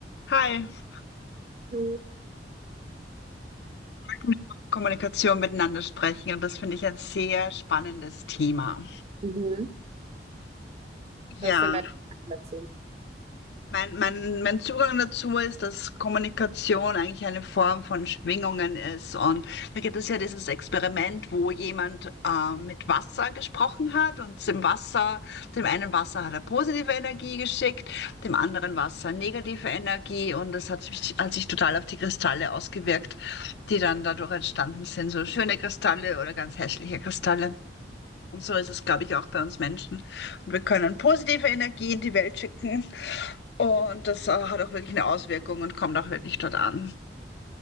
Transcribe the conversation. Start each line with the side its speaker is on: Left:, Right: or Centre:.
Left: Hi, freut
Right: So.
Left: mich, dass Kommunikation miteinander sprechen und das finde ich ein sehr spannendes Thema.
Right: Mhm. Was
Left: Ja.
Right: ist denn dein Gedanke dazu?
Left: Mein, mein, mein Zugang dazu ist, dass Kommunikation eigentlich eine Form von Schwingungen ist. Und da gibt es ja dieses Experiment, wo jemand äh, mit Wasser gesprochen hat und dem Wasser, dem einen Wasser hat er positive Energie geschickt, dem anderen Wasser negative Energie. Und das hat sich, hat sich total auf die Kristalle ausgewirkt, die dann dadurch entstanden sind. So schöne Kristalle oder ganz hässliche Kristalle. Und so ist es, glaube ich, auch bei uns Menschen. Und wir können positive Energie in die Welt schicken. Und das äh, hat auch wirklich eine Auswirkung und kommt auch wirklich dort an.